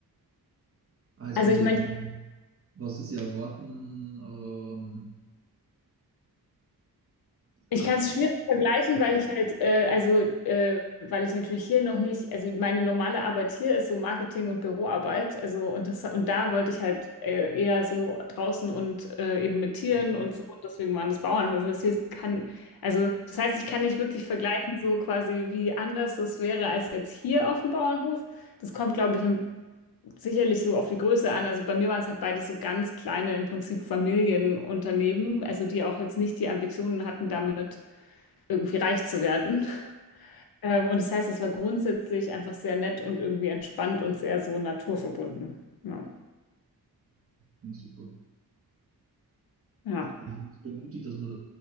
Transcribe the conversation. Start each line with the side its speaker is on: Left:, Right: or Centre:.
Right: als
Left: Also
Right: von
Left: ich
Right: dem,
Left: meine,
Right: was sie erwarten. Ähm,
Left: ich
Right: acht
Left: kann
Right: Stunden.
Left: es schwierig vergleichen, weil ich halt, äh, also äh, weil ich natürlich hier noch nicht, also meine normale Arbeit hier ist so Marketing und Büroarbeit, also und das und da wollte ich halt äh, eher so draußen und äh, eben mit Tieren
Right: Mhm.
Left: und so und deswegen waren das Bauernhöfe. Das hier kann, also das heißt, ich kann nicht wirklich vergleichen, so quasi wie anders das wäre als jetzt hier auf dem Bauernhof. Das kommt, glaube ich, ein sicherlich so auf die Größe an. Also bei mir waren es halt beides so ganz kleine, im Prinzip Familienunternehmen, also die auch jetzt nicht die Ambitionen hatten, damit irgendwie reich zu werden. Ähm, und das heißt, es war grundsätzlich einfach sehr nett und irgendwie entspannt und sehr so naturverbunden. Ja.
Right: Ja, super.
Left: ja.
Right: Ich bin bemutigt, dass man